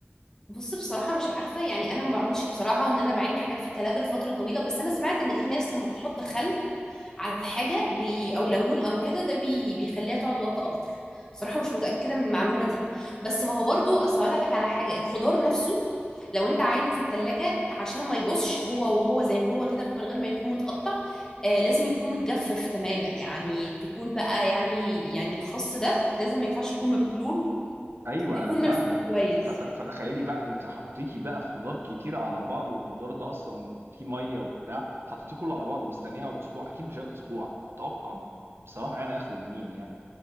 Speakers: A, on the left; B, on the right.
A: بص بصراحة مش عارفة يعني أنا ما بعملش بصراحة إن أنا بعين حاجات في التلاجة لفترة طويلة بس أنا سمعت إن في ناس لما بتحط خل على حاجه بي او ليمون او كده ده بي بيخليها تقعد وقت اكتر بصراحه مش متاكده من المعلومه دي بس ما هو برضو اصل أقول لك على حاجه الخضار نفسه لو انت عينه في التلاجة عشان ما يبصش هو وهو زي ما هو كده من غير ما يكون متقطع آه لازم يكون متجفف تماما يعني تكون بقى يعني يعني الخس ده لازم ما ينفعش يكون مبلول
B: ايوه
A: ويكون
B: انا فاهمك
A: ملفوف كويس
B: فت... فتخيلي بقى انت حطيتي بقى خضار كتير على بعض والخضار ده اصلا فيه ميه وبتاع حطيتيه كله على بعضه مستنيه يقعد اسبوع اكيد مش هيقعد اسبوع اتوقع بصراحه انا اخر يومين يعني